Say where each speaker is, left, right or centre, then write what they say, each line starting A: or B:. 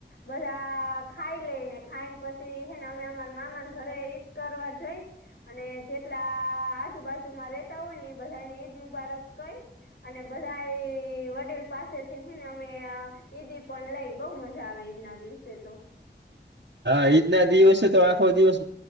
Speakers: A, on the left (about 75°); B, on the right (about 70°).
A: બધા ખાઈ લઈ ને ખાઈ ને પછી, હે ને અમે અમાર મામાને ઘરે ઈદ કરવા જઈ અને જેટલા આજુબાજુ માં રેતા હોય, ને એ બધાને ઈદ મુબારક કઈ અને, બધા વડીલ પાસેથી થી ને અમે ઈદી પણ લઈ બહુ મજા આવે ઈદના દિવસે તો
B: હા, ઈદ ના દિવસે તો આખો દિવસ